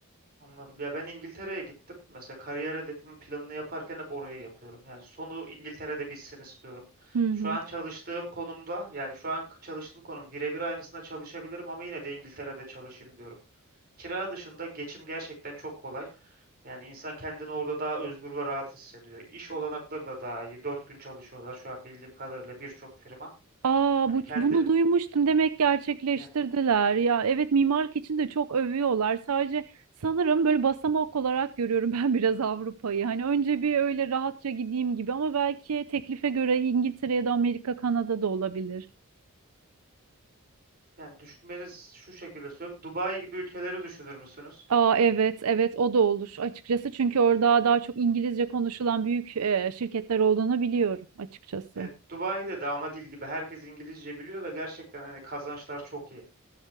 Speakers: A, on the right; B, on the right.
A: Anladım. Ya ben İngiltere'ye gittim. Mesela kariyer hedefimin planını yaparken hep oraya yapıyorum. Yani sonu İngiltere'de bitsin istiyorum.
B: Hı
A: Şu
B: hı.
A: an çalıştığım konumda yani şu an çalıştığım konum birebir aynısında çalışabilirim ama yine de İngiltere'de çalışayım diyorum. Kira dışında geçim gerçekten çok kolay. Yani insan kendini orada daha özgür ve rahat hissediyor. İş olanakları da daha iyi. Dört gün çalışıyorlar şu an bildiğim kadarıyla birçok firma.
B: Aa
A: Hani
B: bu
A: kendini
B: bunu duymuştum. Demek gerçekleştirdiler.
A: yani,
B: Ya evet mimarlık için de çok övüyorlar. Sadece sanırım böyle basamak olarak görüyorum <laughs> ben biraz Avrupa'yı. Hani önce bir öyle rahatça gideyim gibi ama belki teklife göre İngiltere ya da Amerika, Kanada da olabilir.
A: yani düşünmeniz şu şekilde söylüyorum. Dubai gibi ülkeleri düşünür müsünüz?
B: Aa evet evet o da olur açıkçası. Çünkü orada daha çok İngilizce konuşulan büyük e, şirketler olduğunu biliyorum açıkçası.
A: Evet, Dubai'de de ana dil gibi herkes İngilizce biliyor ve gerçekten hani kazançlar çok iyi.